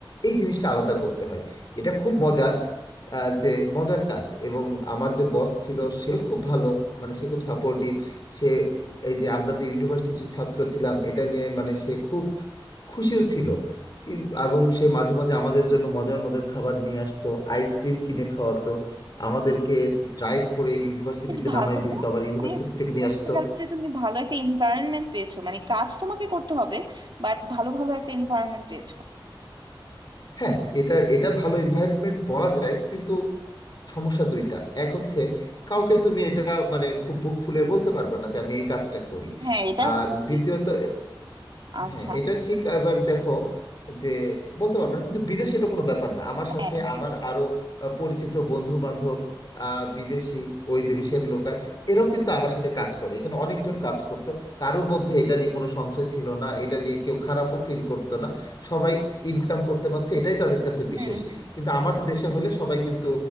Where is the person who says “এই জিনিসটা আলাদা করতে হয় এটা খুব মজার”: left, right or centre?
Left